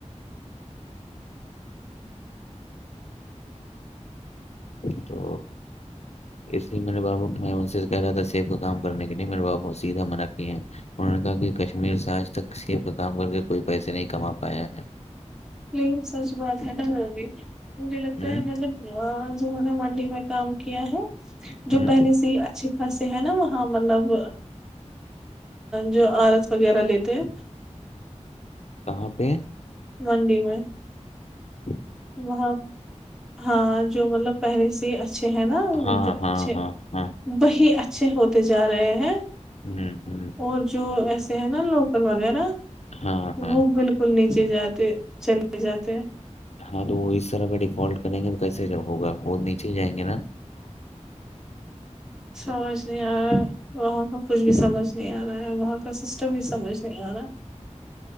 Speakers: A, on the left; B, in the centre.
A: تو اس لیے میرے بابا میں ان سے کہہ رہا تھا سیب کا کام کرنے کے لیے میرے بابا ب سیدھا منع کیے ہیں انہوں نے کہا کہ کشمیر سے آج تک کسی کا کام کر کے کوئی پیسے نہیں کما پایا ہے
B: لیکن سچ بات ہے نا اب مجھے لگتا
A: ہوں
B: ہے مطلب جوا میں کام کیا ہے جو
A: ہوں
B: پہلے سے اچھے خاصے ہیں نا وہاں مطلب جو آر ایس وغیرہ لیتے ہیں
A: کہاں پہ
B: منڈی میں
A: جی
B: وہاں ہاں جو مطلب پہلے سے اچھے ہیں نا
A: ہاں
B: جو اچھے
A: ہاں ہاں ہاں
B: وہی اچھے ہوتے جا رہے ہیں
A: ہوں ہوں
B: اور جو ایسے ہیں نا لوکل وغیرہ
A: ہاں ہاں
B: وہ بالکل نیچے جاتے چلے جاتے ہیں
A: ہاں تو وہ اس طرح کا ڈیفالٹ کریں گے تو کیسے ہوگا وہ نیچے جائیں گے نا
B: سوچنے آ وہاں کا کچھ بھی سمجھ نہیں آ رہا ہے وہاں کا سسٹم بھی سمج نہیں آ رہا